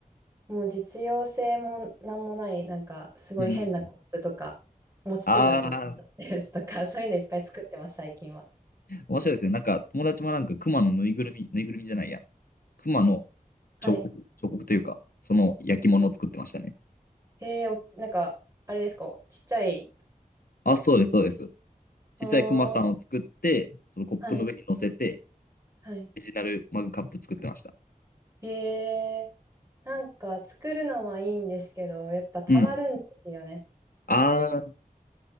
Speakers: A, on the right; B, on the left.
A: もう実用性もなんもない、なんかすごい変なコップとか、
B: うん。うん。
A: 持ち手がこう、
B: ああ、
A: <laughs> やつとか、<laughs> そういうのいっぱい作ってます、最近は。
B: 面白いですね。なんか友達もなんか熊のぬいぐるみ、ぬいぐるみじゃないや。熊の
A: はい。
B: 彫刻、彫刻というか、その焼き物を作ってましたね。
A: うんうんへえ、お、なんか、あれですか、ちっちゃい。
B: あ、そうです、そうです。
A: あ
B: 小さい熊さんを作って、
A: あ、
B: そのコップの上に乗せて、
A: はい、はい。
B: オリジナルマグカップ作ってました。
A: へえ、なんか作るのはいいんですけど、やっぱたまるんですよね。
B: うん。ああ、